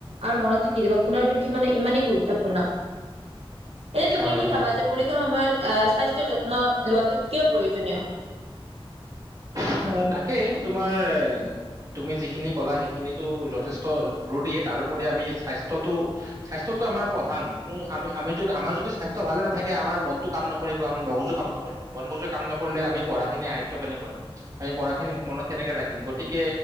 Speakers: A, on the right; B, on the right.
A: আৰু মনত থাকি যাব। পুনৰৰাবৃত্তি মানে ইমানেই গুৰুত্বপূৰ্ণ।
B: <unintelligible>
A: এই তুমি
B: হয়
A: কি
B: হয়
A: ভাবা যে, পৰীক্ষাৰ সময়ত আ স্বাস্থ্যৰ যত্ন লোৱাটো কিয় প্ৰয়োজনীয়?
B: অ', তাকেই তোমাৰ তুমি যিখিনি ক'লা সেইখিনিটো যথেষ্ট জৰুৰীয়ে তাৰোপৰি আমি স্বাস্থ্যটো স্বাস্থ্যতটো আমাৰ প্ৰধান, ত' আমি, আমি যদি আমাৰ যদি স্বাস্থ্য ভালে নাথাকে আমাৰ মনটো কাম নক কৰিব আমাৰ মগজু কাম নকৰিব মন মগযোৱে কাম নকৰিলে আমি পঢ়াখিনি আয়ত্ব কেনেকে কৰিম আমি পঢ়া খিনি মনত কেনেকে ৰাখিম গতিকে